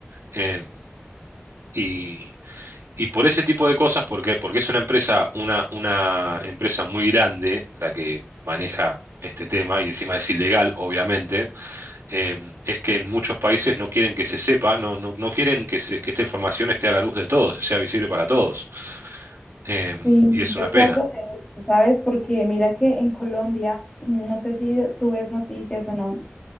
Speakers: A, on the right; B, on the left.
A: eh, y, y por ese tipo de cosas, ¿por qué? Porque es una empresa, una, una empresa muy grande la que maneja este tema y encima es ilegal, obviamente, eh, es que en muchos países no quieren que se sepa, no, no, no quieren que, se- que esta información esté a la luz de todos, sea visible para todos. Eh,
B: Sí,
A: y es
B: yo
A: una
B: sé
A: pena.
B: algo de eso, ¿sabes? Porque mira que en Colombia, <clears throat> no sé si tú ves noticias o no,